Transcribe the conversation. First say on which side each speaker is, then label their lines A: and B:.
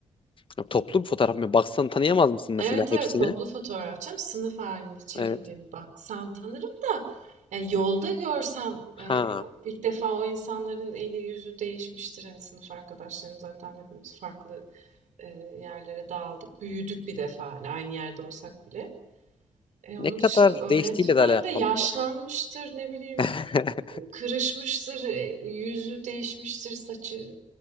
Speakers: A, on the left; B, on the right.
A: Ya Toplu bir fotoğraf mı? Baksan tanıyamaz mısın mesela
B: Evet
A: hepsini?
B: evet toplu fotoğraf canım. Sınıf halinde çekildiğimi
A: Evet.
B: baksam tanırım da yani yolda görsem e,
A: Ha
B: ilk defa o insanların eli yüzü değişmiştir. Hani sınıf arkadaşlarım zaten hepimiz farklı eee, yerlere dağıldık. Büyüdük bir defa hani aynı yerde olsak bile. E,
A: ne
B: onun
A: kadar
B: dışında öğretmen
A: değiştiğiyle de alakalı
B: de yaşlanmıştır,
A: ya.
B: ne bileyim,
A: <laughs>
B: kırışmıştır, e, yüzü değişmiştir, saçı